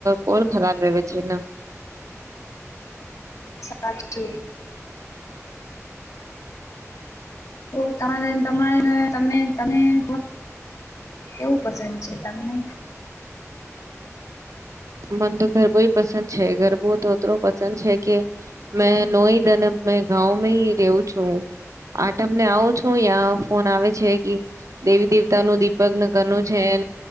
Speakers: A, on the right (about 80°); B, on the left (about 70°).
A: કોલ ખરાબ રહે છેને.
B: સાત જોો. તો ત ત શું પસાગ કેવું પસંદ છે, તમને
A: મને તો ગરબો પસંદ છે, ગરબો તો એું પસંદ છે, કે મેં નોહી અને મે ગઉંમાં રહવું છું. આટમને આવો છું, યાં ફોન આવે છે કે દેવી દેવતા નું દીપક નગર નું છે.